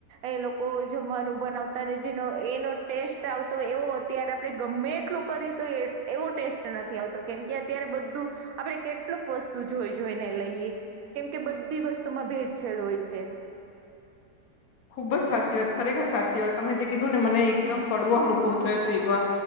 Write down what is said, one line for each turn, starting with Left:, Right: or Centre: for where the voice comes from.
Right: એ લોકો જમવાનું બનાવતા, જેનો એનો ટેસ્ટ આવતો એવો, અત્યારે આપણે ગમે એટલું કરીએ તો તો એવો ટેસ્ટ નથી આવતો, કેમ કે અત્યારે બધું આપણે કેટલુક વસ્તુ જોઈ જોઈને લઈએ, કેમ કે બધી વસ્તુમાં ભેળસેળ હોય છે.
Left: ખુબ જ સાચી વાત, ખરેખર સાચી વાત તમે જે કીધું ને, મને એકદમ કડવો અનુભવ થયો હતો. એક વાર